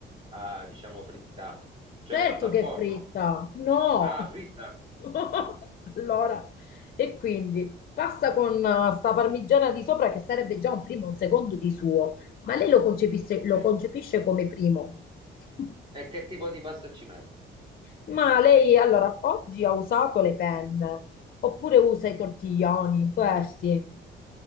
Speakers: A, on the right; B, on the left.
A: ah, diciamo, fritta, cioè
B: certo
A: è fatta al
B: che
A: forno.
B: è fritta, no.
A: Ah, fritta?
B: <laughs> Allora, e quindi pasta con eh, sta parmigiana di sopra che sarebbe già un primo, un secondo di suo, ma lei lo concepisse- lo
A: Eh.
B: concepisce come primo. <laughs>
A: E che tipo di pasta ci metti?
B: Ma lei allora oggi ha usato le penne, oppure usa i tortiglioni, questi.